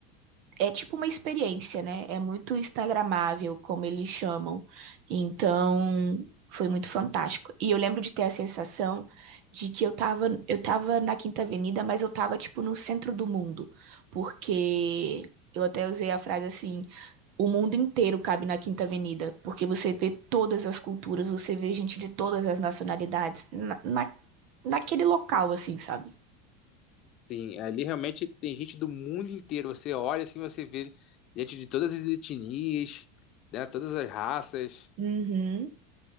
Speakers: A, on the right; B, on the left.
A: É tipo uma experiência, né? É muito instagramável, como eles chamam. Então, foi muito fantástico. E eu lembro de ter a sensação de que eu tava, eu tava na Quinta Avenida, mas eu tava tipo no centro do mundo, porque eu até usei a frase assim, o mundo inteiro cabe na Quinta Avenida, porque você vê todas as culturas, você vê gente de todas as nacionalidades na, na- naquele local assim, sabe?
B: Sim, ali realmente tem gente do mundo inteiro. Você olha assim, você vê gente de todas as etnias, né? Todas as raças.
A: Uhum.